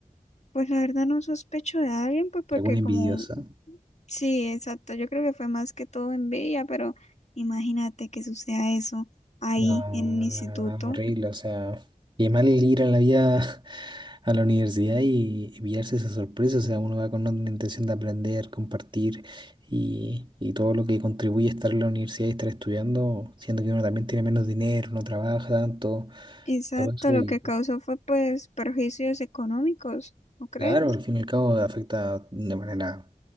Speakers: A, on the left; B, on the right.
A: Pues la verdad no sospecho de alguien, pues porque
B: ¿Alguna envidiosa?
A: como Sí, exacto. Yo creo que fue más que todo envidia, pero imagínate que suceda eso ahí
B: No,
A: en un instituto.
B: la verdad, horrible. O sea, qué mal ir a la vida <laughs> a la universidad y y pillarse esa sorpresa. O sea, uno va con una intención de aprender, compartir y, y todo lo que contribuye a estar en la universidad y estar estudiando, siendo que uno también tiene menos dinero, no trabaja tanto,
A: Exacto,
B: todo eso.
A: lo
B: Y
A: que causó fue pues perjuicios económicos, ¿no crees?
B: claro, al fin y al cabo afecta de manera